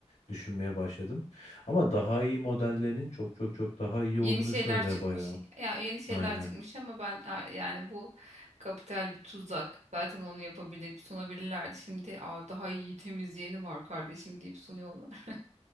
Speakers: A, on the left; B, on the right.
A: düşünmeye başladım. Ama daha iyi modellerinin çok çok çok daha iyi
B: Yeni
A: olduğunu
B: şeyler
A: söylediler
B: çıkmış.
A: bayağı.
B: Ya yeni şeyler
A: Aynen.
B: çıkmış ama ben a- yani bu kapital bir tuzak. Zaten onu yapabilir sunabilirlerdi. Şimdi Aa, daha iyi temizleyeni var kardeşim deyip sunuyorlar.